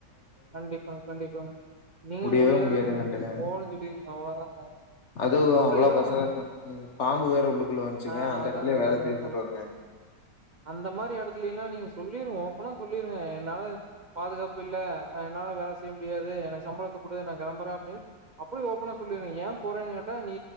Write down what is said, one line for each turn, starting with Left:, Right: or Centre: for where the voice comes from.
Right: கண்டிப்பாங்க கண்டிப்பாங்க நீங்க
Left: முடியவே
Right: முடியாது
Left: முடியாதுங்கன்ட்டுங்க
Right: ம் போலன்னு சொல்லிருங்க அவ்ளோதாங்க
Left: அதுவு
Right: அப்புறம்
Left: அவ்ளோ
Right: எதுவும்
Left: கச கசன்னு ம் பாம்பு வேற உள்ளுக்குள்ள வந்துச்சுங்க
Right: ஆ
Left: அந்த
Right: அதாங்க,
Left: எடத்துலயே
Right: அதாங்க,
Left: வேல செய்ய
Right: அதாங்க.
Left: சொல்றாங்க
Right: அந்த மாரி சொல்லிருங்க ஓப்பனா சொல்லிருங்க னால பாதுகாப்பில்ல அதனால வேல செய்ய முடியாது எனக்கு சம்பளத்த குடு நா கெளம்புறே அப்படின்னு அப்படே ஓபனா சொல்லிருங்க ஏ போறேன்னு கேட்டா நீ